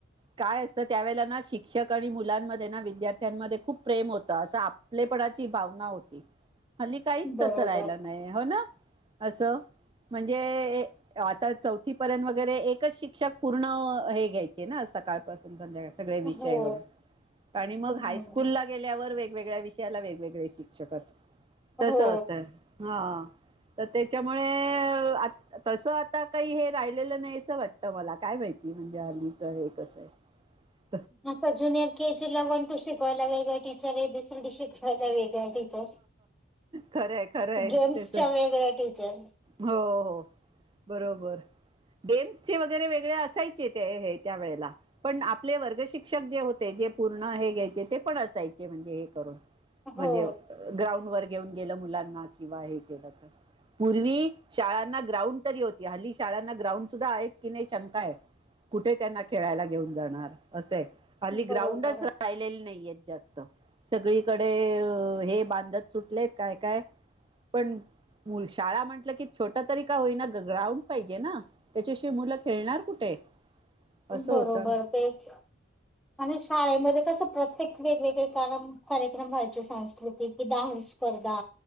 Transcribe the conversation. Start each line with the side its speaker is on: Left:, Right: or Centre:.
Right: काय असतं त्यावेळेला ना शिक्षक आणि मुलांमध्ये ना विद्यार्थ्यांमध्ये खूप प्रेम होतं असं आपलेपणाची भावना होती हल्ली काहीच
Centre: बरोबर
Right: तसं राहिला नाही हो ना? असं म्हणजे आता चौथी पर्यंत वगैरे एकच शिक्षक शिक्षक पूर्ण हे घ्यायचे ना सकाळपासून संध्याकाळी सगळे वैगरे
Centre: हो
Right: विषय आणि
Centre: हम्म
Right: मग हायस्कूलला गेल्यावर वेगवेगळ्या विषया ला वेगवेगळे शिक्षक असं तसं
Centre: हो
Right: असं हा तर त्याच्यामुळे तसं आता काही हे राहिलेलं नाही असं वाटतं तर मला काय माहिती म्हणजे हल्लीच हे कसं आहे
Centre: आता ज्युनियर के जी ला वन टू शिकवायला वेगळे टीचर ए बीसीडी शिकवायला हयाला वेगळ्या टीचर
Right: खरंय खरंय
Centre: गेम्सच्या
Right: त्याच
Centre: वेगळ्या टीचर
Right: हो हो बरोबर. गेम्सचे वगैरे वेगळे असायचे ते हे त्या वेळेला पण आपले वर्ग शिक्षक जे होते जे पूर्ण हे घ्यायचे ते पण असायचे म्हणजे म्हणजे
Centre: हो
Right: ग्राउंडवर घेऊन गेलं मुलांना किंवा हे केलं तर पूर्वी शाळांना ग्राउंड तरी होती हल्ली शाळांना ग्राउंड सुद्धा आहेत की नाही शंका आहे? कुठे त्यांना खेळायला घेऊन जाणार असं आहे. हल्ली
Centre: बरोबर
Right: ग्राउंडच राहिलेले नाहीयेत जास्त सगळीकडे हे बांधत सुटलेत काय काय पण मुल शाळा म्हटलं की छोट तरी का होईना ग्राउंड पाहिजे ना त्याच्या शिवाय मुलं खेळणार कुठे? असं
Centre: बरोबर
Right: होतं
Centre: तेच आणि शाळेमध्ये कसं प्रत्येक वेगवेगळे कारम कार्यक्रम व्हायचे सांस्कृतिक डान्स स्पर्धा